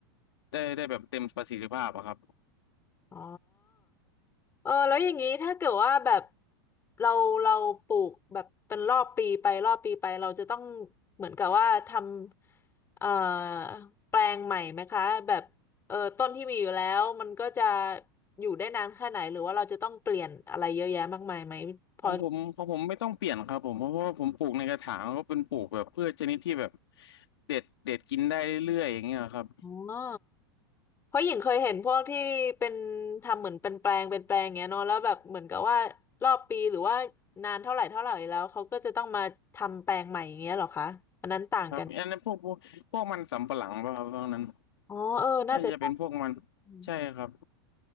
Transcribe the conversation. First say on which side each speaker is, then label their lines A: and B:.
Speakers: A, on the left (about 85°); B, on the left (about 20°).
A: ได้ได้แบบเต็มประสิทธิภาพอะครับ
B: อ๋อ เออแล้วอย่างนี้ถ้าเกิดว่าแบบเราเราปลูกแบบเป็นรอบปีไปรอบปีไปเราจะต้องเหมือนกับว่าทำเอ่อแปลงใหม่ไหมคะแบบเออต้นที่มีอยู่แล้วมันก็จะอยู่ได้นานแค่ไหนหรือว่าเราจะต้องเปลี่ยนอะไรเยอะแยะมากมายไหมพอ
A: ของผมของผมไม่ต้องเปลี่ยนครับผมเพราะว่าผมปลูกในกระถางก็เป็นปลูกแบบพืชชนิดที่แบบเด็ดเด็ดกินได้เรื่อยๆอย่างเงี้ยครับ
B: อ๋อเพราะหญิงเคยเห็นพวกที่เป็นทำเหมือนเป็นแปลงเป็นแปลงอย่างเงี้ยเนาะแล้วแบบเหมือนกับว่ารอบปีหรือว่านานเท่าไหร่เท่าไหร่แล้วเขาก็จะต้องมาทำแปลงใหม่อย่างเงี้ยเหรอคะอันนั้นต่างกัน
A: ครับอันนั้นพวกพวกพวกมันสำปะหลังป่ะครับตรงนั้น
B: อ๋อเออน่าจะใช่
A: น่าจะเป็นพวกมัน
B: อืม
A: ใช่ครับ